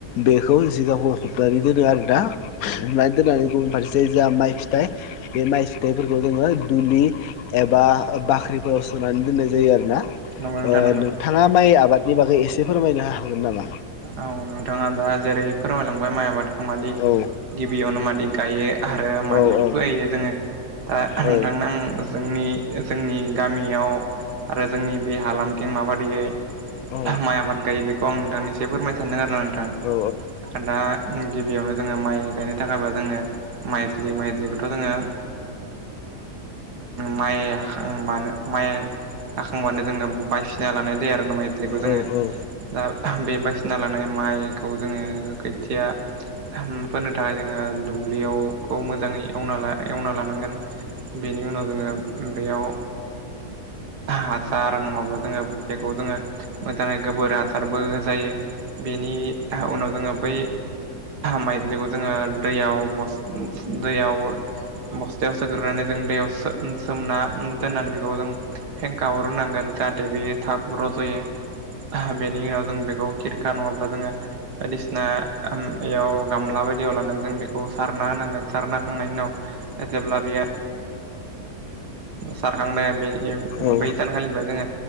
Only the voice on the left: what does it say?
बेखौ सिगांखौ हबनानै दोनो आरोना मे दोननानै गुबुन फारसे जोंहा माइ फिथाइ बे माइ फिथाइफोरखौ जोङो दुलि एबा बाख्रि फोराव सोनानै दोननाय जायो आरोना
नोंथाङा माइ आबादनि बागै एसे फोरमायनो हागोन नामा
औ
औ औ
औ
औ
औ
औ औ
औ